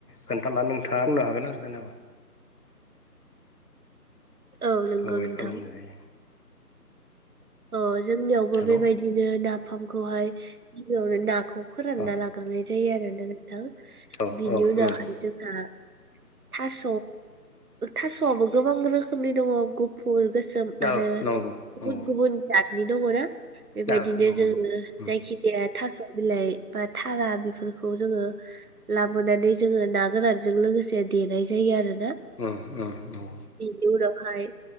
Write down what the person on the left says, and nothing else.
खोन्थाला नोंथाङा बुंनो हागोन आरो जेनबा
माबायदि
खालामनाय जायो
हेल'
अ
औ
औ
नंगौ
औ नंगौ
नंगौ
नंगौ
नंगौ उम
औ